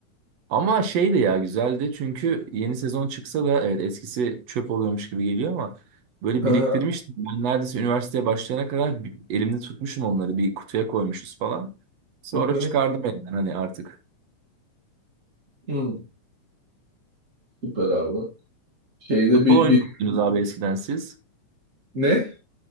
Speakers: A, on the right (about 65°); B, on the right (about 30°).
A: Ama şey de ya güzeldi çünkü yeni sezon çıksa da evet eskisi çöp oluyormuş gibi geliyor ama böyle
B: Aha.
A: biriktirmiştim. Ben neredeyse üniversiteye başlayana kadar bir- elimde tutmuşum onları bir kutuya koymuşuz falan. Sonra
B: Hı hı.
A: çıkardım elimden hani artık.
B: Hı. Süper abi. Şeyde
A: Futbol
B: bir,
A: oynuyor
B: bir
A: muydunuz abi eskiden siz?
B: ne?